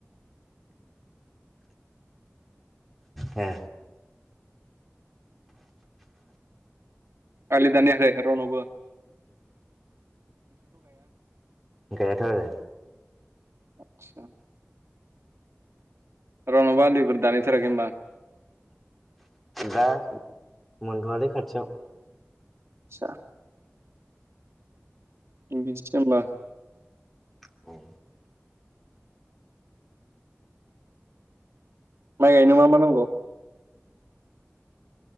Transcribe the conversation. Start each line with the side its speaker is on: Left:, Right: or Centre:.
Centre: ए
Right: आलि दानियाखै रनावबो
Centre: गैयाथ' आरो
Right: आतसा रावनावबो आलिफोर दानायथाराखै होनोमबा
Centre: दा मोनथ'आलै खाथियाव
Right: आतसा बिदिसो होमब्ला
Centre: औ
Right: माइ गायनो मा मा नांगौ